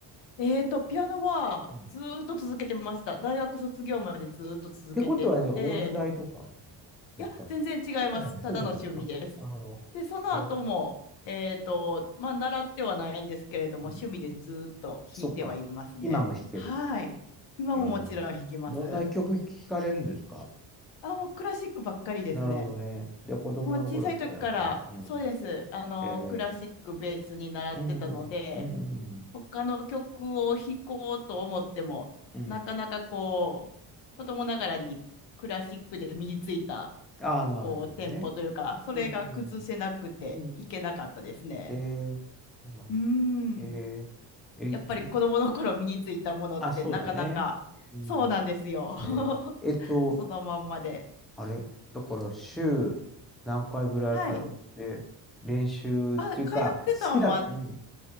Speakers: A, on the left; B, in the centre.
A: えっと、ピアノはずーっと続けてました。
B: うん、っ
A: 大学卒業までずーっと続けてて、
B: てことはね、音大とか行ったと。
A: いや、全然違います。
B: そうじゃないね、
A: ただの趣味です。
B: そうじゃないね。あ、なるほど。
A: で、その後も、
B: えー
A: えっと、まあ、習ってはないんですけれども、
B: うん、
A: 趣味でずーっと弾いてはいますね。
B: うんそっか。今も弾ける。
A: はい。今ももちろん弾きます。
B: えーどんな曲聴かれるんですか
A: あ、もうクラシックばっかりですね。
B: なるほどね。じゃあ子供の頃からやから。
A: もう小さい時から、
B: うん。
A: そうです。あの、
B: え
A: クラシックベースに習ってたので、
B: ー、うん、うん、うん、うん。
A: 他の曲を弾こうと思っても、
B: うん
A: なかなかこう、子供ながらにクラシックで身についた、
B: ああ、なるほどね。
A: こう、テンポというか、それが崩せなくて弾けなかったですね。
B: うん。うん。えー、そうなんだ
A: うーん。
B: えー、えい
A: やっぱり子供の頃身についたものってなかなか、
B: あ、そうだね。うん。
A: そうなんですよ。
B: えー、
A: <laughs>
B: えっと、
A: そのまんまで。
B: あれ、だから週何回ぐらい通って、
A: はい。
B: 練習っていうか、
A: あ、通ってたんは
B: 好きだ、うん、